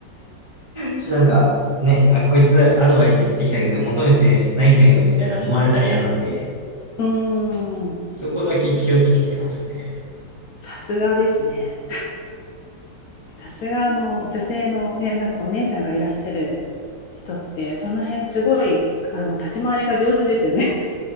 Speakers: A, on the right; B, on the left.
A: ちょ、っとなんか、ね、あ、こいつアドバイス言ってきたけど、求めてないんだけど、みたいな思われたら嫌なんで、
B: うーん、
A: そこだけ気をつけてますね。
B: さすがですね。さすがあの女性のね、なんかお姉さんがいらっしゃる人って、その辺すごいあの立ち回りが上手ですよね。